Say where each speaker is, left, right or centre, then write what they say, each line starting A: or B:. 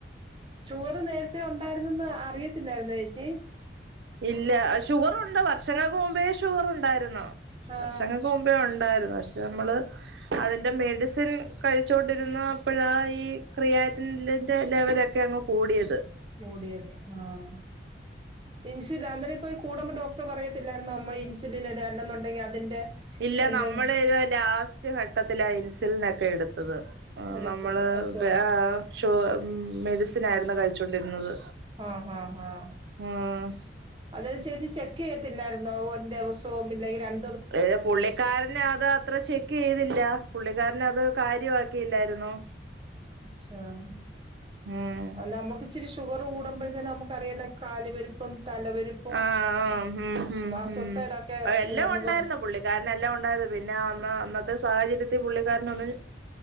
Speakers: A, on the right; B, on the right.
A: ചോറ് നേരത്തിന് ഉണ്ടായിരുന്നെന്ന് അറിയത്തില്ലായിരുന്നോ ചേച്ചി
B: ഇല്ല ഷുഗറുണ്ട്. വർഷങ്ങൾക്ക് മുമ്പേ ഷുഗറുണ്ടായിരുന്നു.
A: ആഹ്
B: വർഷങ്ങ ക്കു മുമ്പേ ഉണ്ടായിരുന്നു. പക്ഷെ നമ്മള്. അതിന്റെ മെഡിസിൻ കഴിച്ചോണ്ടിരുന്നാ അപ്പഴാ ഈ ക്രിയാറ്റിലിന്റെ ലെവലൊക്കെ അങ്ങ് കൂടിയത്.
A: കൂടിയത് ആഹ്. ഇൻസുലി അന്നേരിപ്പോ കൂടുമ്പോ ഡോക്ടർ പറയത്തില്ലായിരുന്നോ അമ്മൾ ഇൻസുലൻ ഇട് അല്ലെന്നുണ്ടെങ്കിൽ അതിന്റെ
B: ഇല്ല
A: എന്തെ
B: നമ്മള് ഇത് ലാസ്റ്റ് ഘട്ടത്തിലാ ഇൻസുലിൻ ഒക്കെ എടുത്തത്. ആഹ്
A: എടുത്തത്
B: നമ്മള്
A: അച്ഛാ
B: ബേ ആ ഷു മെഡിസിന് ആയിരുന്നു കഴിച്ചോണ്ടിരുന്നത്.
A: ആഹ് ആഹ് ആഹ്
B: ഉം
A: അതായത് ചേച്ചി ചെക്ക് ചെയ്യത്തില്ലായിരുന്നോ ഒൻ ദിവസവും ഇല്ലെങ്കിൽ രൺ
B: ഇത് പുള്ളിക്കാരന് അത് അത്ര ചെ ക്ക് ചെയ്തില്ല. പുള്ളിക്കാരന് അത് കാര്യമാക്കിയില്ലായിരുന്നു.
A: ഷാമ്
B: ഉം
A: അല്ല അമ്മക്ക് ഇച്ചിരി ഷുഗർ കൂടുമ്പോഴ്തന്നെ നമുക്ക് അറിയാല്ലോ കാല് പെരിപ്പും തലപെരു
B: ആഹ് ആഹ് ഹും ഹും
A: അസ്വസ്ഥതയുടെയൊക്കെ
B: ഹും അത് എല്ലാം
A: നമുക്ക്
B: ഉണ്ടായിരുന്നോ പുള്ളിക് ക്കാരന്. എല്ലാം ഉണ്ടായത് പിന്നെ അന്ന് അന്നത്തെ സാഹചര്യത്തിൽ പുള്ളിക്കാരനൊന്നും